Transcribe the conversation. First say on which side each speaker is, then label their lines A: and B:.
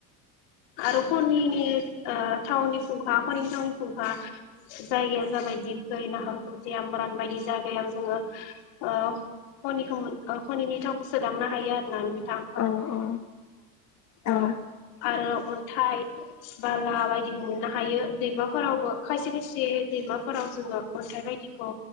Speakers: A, on the left (about 65°); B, on the left (about 35°).
A: आरो हनिनि ओ थाउननि खंखा हनिनि थाउननि खुंखा जायगाया जाबाय दिबखै नाहरखुथि आमब्रान बायदि जायगायाव जोङो ओ खनिखौ मोन ओ खनिनि थावखौ सोदांनो हायो आरो ना नों
B: औ औ औ
A: ओ आरो अन्थाइ बाला बायदि मोननो हायो दैमाफोरावबो। खायसे खायसे दैमाफोराव जोङो अन्थाइ बायदिखौ